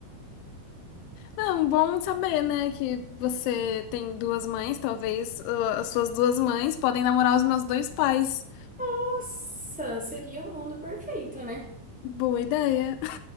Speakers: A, on the left (about 80°); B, in the centre.
A: É bom saber, né, que você tem duas mães, talvez ah, as suas duas mães podem namorar os meus dois pais.
B: Nossa, seria o mundo perfeito, né?
A: Boa ideia.